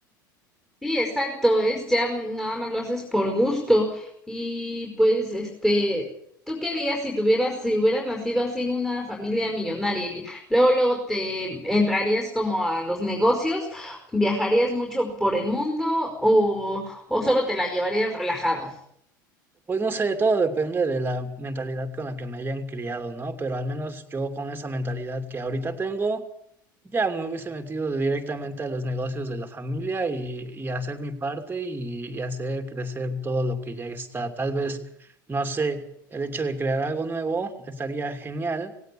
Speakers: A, in the centre; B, on the right (about 20°).
A: Sí, exacto, es ya nada más lo haces por gusto y pues este, tú querías si tuvieras, si hubieras nacido así en una familia millonaria, y luego luego te entrarías como a los negocios, viajarías mucho por el mundo o, o solo te la llevarías relajado.
B: Pues no sé, todo depende de la mentalidad con la que me hayan criado, ¿no? Pero al menos yo con esa mentalidad que ahorita tengo, ya me hubiese metido directamente a los negocios de la familia y, y hacer mi parte y, y hacer crecer todo lo que ya está. Tal vez, no sé, el hecho de crear algo nuevo estaría genial,